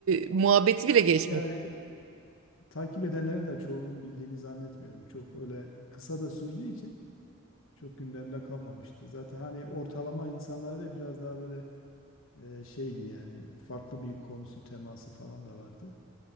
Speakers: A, on the right; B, on the left.
A: E, muhabbeti bile geçmemiş.
B: Yani e, takip edenlerin de çoğunun bildiğini zannetmiyorum. Çok öyle kısa da sürdüğü için çok gündemde kalmamıştı. Zaten hani ortalama insanlarda biraz daha böyle e, şeydi yani farklı bir konusu teması falan da vardı.